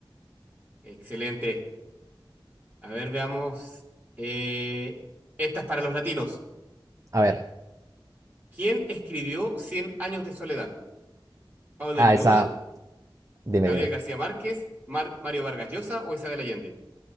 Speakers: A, on the right; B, on the right.
A: Excelente. A ver, veamos. Eh, esta es para los latinos.
B: A ver,
A: ¿Quién escribió Cien años de soledad? ¿Pablo
B: ah,
A: Neruda,
B: esa, dime,
A: Gabriel
B: dime.
A: García Márquez, Mar- Mario Vargas Llosa o Isabel Allende?